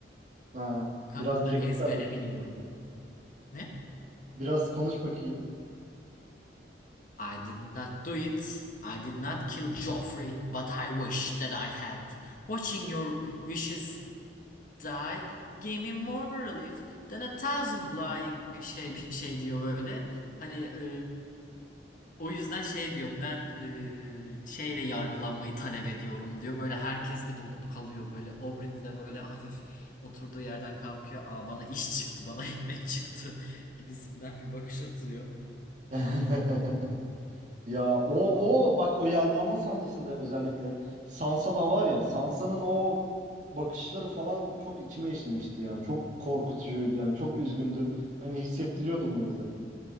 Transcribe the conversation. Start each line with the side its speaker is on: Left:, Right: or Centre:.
Right: ha
Left: Kanka
Right: biraz
Left: ben
Right: direktif
Left: ezbere
Right: ver bakayım.
Left: biliyorum. Ne?
Right: Biraz konuş bakayım.
Left: I did not do it. I did not kill Joffrey, but I wish that I had. Watching your wishes die gave me more relief than a thousand lying bir şey bir şey diyor böyle. Hani e, o yüzden şey diyor ben e, şeyle yargılanmayı talep ediyorum diyor. Böyle herkes bir donup kalıyor böyle. Oberyn de böyle hafif oturduğu yerden kalkıyor. Aa bana iş çıktı bana ekmek çıktı <laughs> gibisinden bir bakış atıyor.
Right: <laughs> Ya o o bak o yargılanma sahnesinde özellikle Sansa da var ya Sansa'nın o bakışları falan çok içime işlemişti ya. Çok korkutucuydu yani çok üzgündü. Hani hissettiriyordu bunu bize.